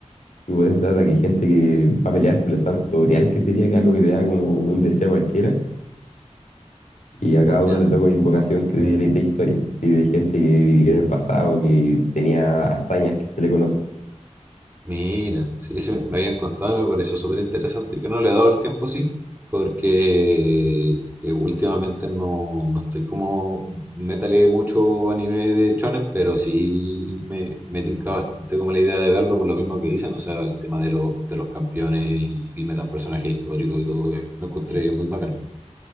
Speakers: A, on the left; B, on the right.
A: tipo, de eso trata que hay gente que va a pelear por el santo grial, que sería que algo que te da como un deseo cualquiera, y a cada uno
B: ya.
A: le toca una invocación que de, de historia, así de gente que vivió en el pasado, que tenía hazañas que se le conocen.
B: Mira, sí, sí, me me habían contado y me pareció súper interesante. Yo no le he dado el tiempo así, porque eh, últimamente no, no estoy como, métale mucho anime de shonen, pero sí me, me tinca bastante como la idea de verlo por lo mismo que dicen, o sea, el tema de, lo- de los campeones y y que metan personajes históricos y todo, eh, lo encontré muy bacán.